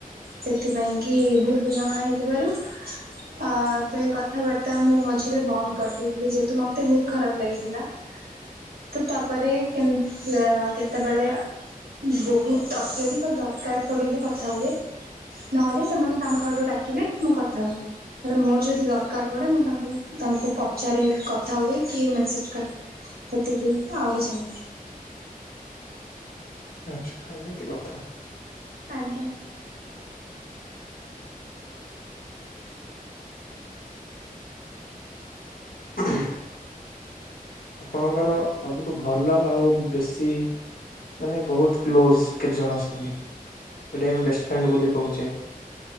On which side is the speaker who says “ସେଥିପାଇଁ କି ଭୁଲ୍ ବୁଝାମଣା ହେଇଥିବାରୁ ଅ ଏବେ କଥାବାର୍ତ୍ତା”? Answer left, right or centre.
Right